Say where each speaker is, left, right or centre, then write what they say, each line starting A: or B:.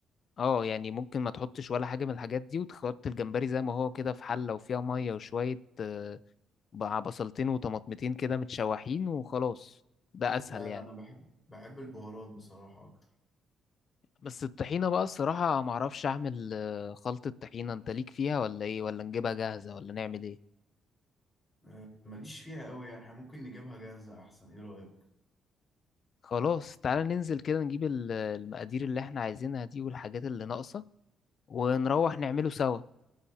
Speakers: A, on the left; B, on the left.
A: اه يعني ممكن ما تحطش ولا حاجة من الحاجات دي وتحط الجمبري زي ما هو كده في حلة وفيها مية وشوية آه، بقى بصلتين وطماطمتين كده متشوحين وخلاص ده اسهل
B: لا
A: يعني
B: لا أنا بحب بحب البهارات بصراحة أكتر
A: بس الطحينة بقى الصراحة معرفش أعمل آه، خلطة طحينة أنت ليك فيها ولا إيه ولا نجيبها جاهزة ولا نعمل إيه
B: آه، ماليش فيها قوي يعني احنا ممكن نجيبها جاهزة أحسن إيه رأيك؟
A: خلاص تعالى ننزل كده نجيب ال- المقادير اللي إحنا عايزينها دي والحاجات اللي ناقصة ونروح نعمله سوا